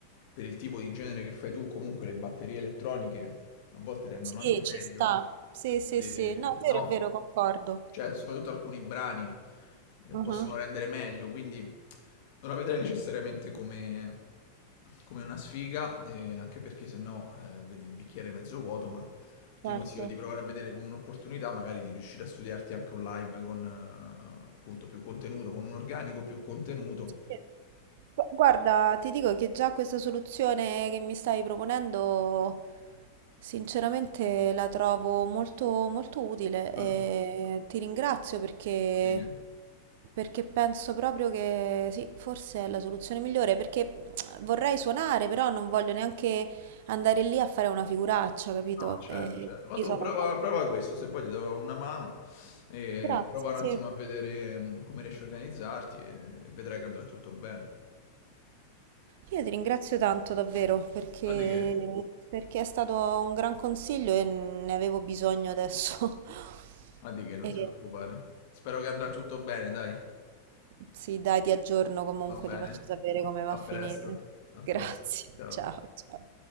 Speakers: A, on the left (about 50°); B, on the right (about 50°).
A: per il tipo di genere che fai tu, comunque le batterie elettroniche a volte rendono
B: Sì,
A: anche meglio.
B: ci sta. Sì, sì,
A: de-
B: sì. No, è vero,
A: no?
B: è vero, concordo.
A: Cioè, soprattutto alcuni brani, ehm,
B: Mhm,
A: possono rendere meglio, quindi non la vedrei necessariamente come come una sfiga, ehm, anche perché se no, ehm, vedi il bicchiere mezzo vuoto, ma ti
B: certo.
A: consiglio di provare a vedere come un'opportunità magari di riuscire a studiarti anche un live con, eh, appunto, più contenuto, con un organico più contenuto.
B: Sì. Gu- Guarda, ti dico che già questa soluzione che mi stai proponendo, sinceramente la trovo molto, molto utile
A: Ah,
B: e ti ringrazio perché,
A: sì che-
B: perché penso proprio che sì, forse è la soluzione migliore, perché vorrei suonare, però non voglio neanche andare lì a fare una figuraccia, capito?
A: No, certo,
B: E
A: certo. Ma
B: quindi
A: tu
B: sono
A: prova
B: un po'...
A: prova questo, se poi ti do una mano, ehm,
B: Grazie,
A: prova un
B: sì.
A: attimo a vedere, mhmm, come riesci a organizzarti e e vedrai che andrà tutto bene.
B: Io ti ringrazio tanto davvero perché,
A: Ma di che?
B: perché è stato un gran consiglio e ne avevo bisogno adesso. <laughs>
A: Ma di che, non
B: E
A: ti preoccupare. Spero che andrà tutto bene, dai.
B: sì, dai, ti aggiorno comunque,
A: Va bene.
B: ti faccio sapere come va a
A: A
B: finire.
A: presto. A
B: Grazie,
A: pres ciao.
B: ciao, ciao.